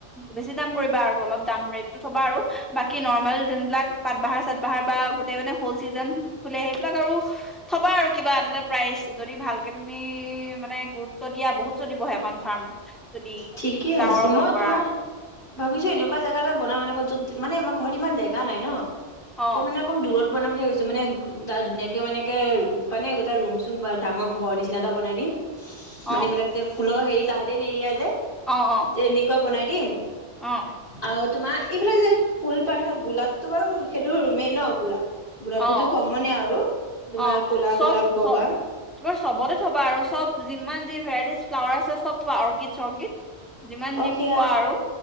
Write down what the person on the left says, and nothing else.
ঠিকেই
আছে
মই
তোমাৰ ভাবিছোঁ এনেকুৱা জেগা এটা বনা মানে ঘৰত ইমান জেগা নাই ন।
তো মানে অকমান দূৰত। বনাম বুলি ভাবিছো মানে ত ধুনীয়াকে মানে এনেকে মানে এটা ৰুম চুম বা ডাঙৰ ঘৰ নিচিনা এটা বনাই দিম। মানে
এইবিলাক যে স্কুলৰ হেৰি গাৰ্ডেন এৰিয়া যে
যে এনেকুৱা বনাই দিম
আৰু তোমাৰ এইফালে যে ফুল পায় ন গোলাপটো বাৰু সেইটো ৰুমে ন গোলাপ গোলাপটোতো
কমনে আৰু তোমাৰ
ক'লা
গোলাপ বগা
অ
সেয়া